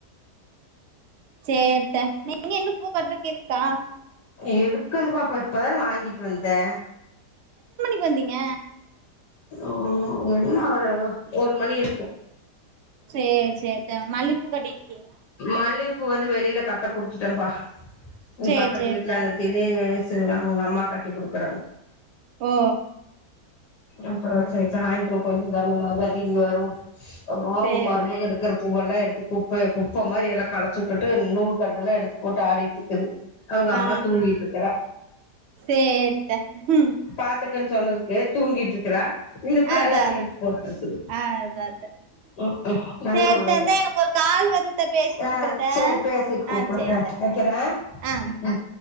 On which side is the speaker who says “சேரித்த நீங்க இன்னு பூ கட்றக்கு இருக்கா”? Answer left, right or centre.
Right